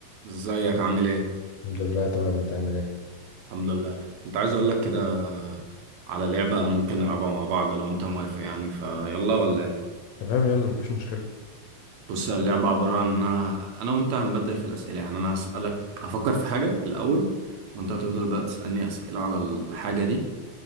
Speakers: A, on the right; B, on the left.
A: ازيك عامل ايه
B: الحمد لله تمام انت عامل ايه
A: الحمد لله كنت عايز اقول لك كده على لعبة ممكن نلعبها مع بعض لو انت موافق يعني فيلا ولا ايه
B: تمام يلا مفيش مشكلة
A: بص اللعبة عبارة عن انها انا وانت هنبدل في الاسئلة يعني انا هسألك هفكر في حاجة الاول وانت هتفضل بقى تسألني اسئلة على الحاجة دي